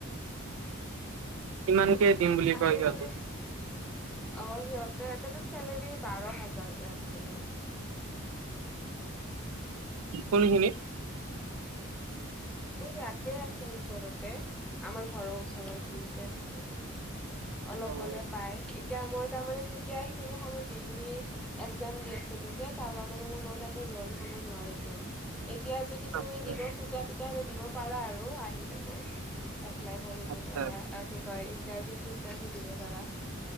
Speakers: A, on the right; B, in the centre.
A: কিমানকে কে দিম বুলি
B: তাতে
A: কয় সিহঁতে
B: মানে অ', সিহঁতে আকৌ চেলেৰী বাৰ হাজাৰ কে আছিলে।
A: কোনখিনিত?
B: এই ইয়াতে আছে ওচৰতে আমাৰ ঘৰৰ ওচৰৰ খিনিতে আছে মানে অলপ
A: অ
B: গলে পাই এতিয়া মই তাৰমানে তেতিয়া সেইখিনি সময় ডিগ্ৰী এক জাম দি আছিলোঁ যে তাৰকাৰ মানে মই তাতে জইন হব নোৱাৰিলোঁ। এতিয়া যদি তুমি
A: আচ্ছা
B: দিব খোজা তেতিয়াহলে দিব পাৰা আৰু আহি কেনে। এপ্লাই কৰিব
A: আচ্ছা
B: পাৰা আৰু কি কয় ইণ্টাৰভিউ ছিনটাৰভিউ দিব পাৰা।